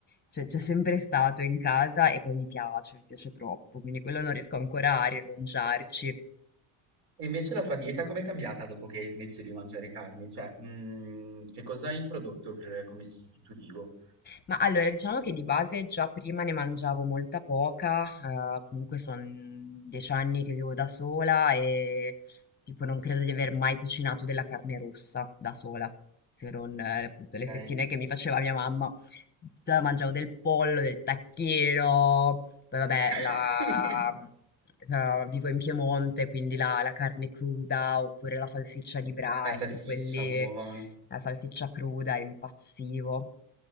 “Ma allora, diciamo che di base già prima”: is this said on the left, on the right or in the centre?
Left